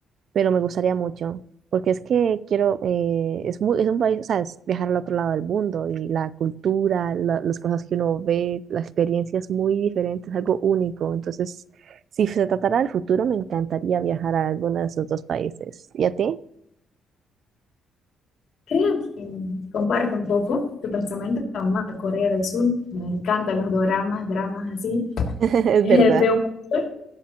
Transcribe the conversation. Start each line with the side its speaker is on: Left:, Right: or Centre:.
Right: pero me gustaría mucho, porque es que quiero, eh, es muy, es un país, o sea, es viajar al otro lado del mundo y la cultura, la- las cosas que uno ve, la experiencia es muy diferente, es algo único. Entonces, si se tratara del futuro, me encantaría viajar a alguno de esos dos países. ¿Y a ti?
Left: Creo que comparte un poco tu pensamiento con Corea del Sur. Me encantan los doramas, dramas así. <laughs>
Right: <laughs> Es
Left: Eh,
Right: verdad.
Left: veo mucho.